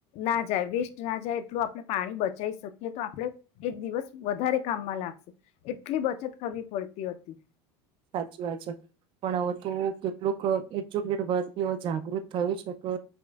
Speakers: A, on the left (about 55°); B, on the right (about 40°).
A: ના જાય વેસ્ટ ના જાય એટલું આપણે પાણી બચી શકીએ તો આપણે એક દિવસ વધારે કામમાં લાગશે એટલી બચત કરવી પડતી હતી.
B: સાચી વાત છે પણ હવે તો કેટલુંક એ ચોકલેટ વર્ બી જાગૃત થય શકે